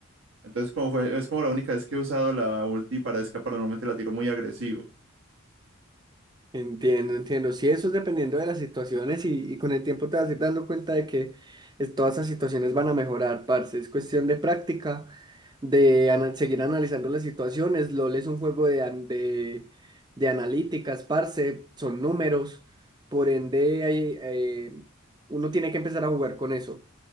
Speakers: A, on the right; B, on the right.
A: Entonces como fue, es como la única vez que he usado la ulti para escapar, normalmente la tiro muy agresivo.
B: Entiendo, entiendo. Sí, eso es dependiendo de las situaciones y, y con el tiempo te vas a ir dando cuenta de que es- todas esas situaciones van a mejorar, parce. Es cuestión de práctica, de ana- seguir analizando las situaciones. LOL es un juego de, an- de, de analíticas, parce. Son números. Por ende, hay, eh, uno tiene que empezar a jugar con eso